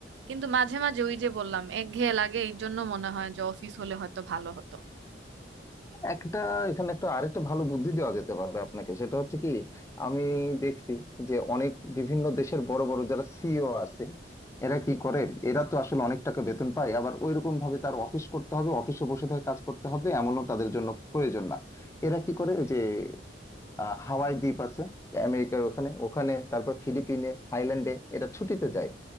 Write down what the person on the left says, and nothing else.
একটা এখানে একটা আরেকটা ভালো বুদ্ধি দেওয়া যেতে পারে আপনাকে সেটা হচ্ছে কি আমি দেখছি যে অনেক বিভিন্ন দেশের বড় বড় যারা সিইও আছে এরা কি করে এরা তো আসলে অনেক টাকা বেতন পায় আবার ওইরকম ভাবে তার অফিস করতে হবে অফিসে বসে থেকে কাজ করতে হবে এমনও তাদের জন্য প্রয়োজন না এরা কি করে ওই যে আহ হাওয়াই দ্বীপ আছে আমেরিকার ওখানে ওখানে তারপর ফিলিপিনে থাইল্যান্ডে এটা ছুটিতে যায়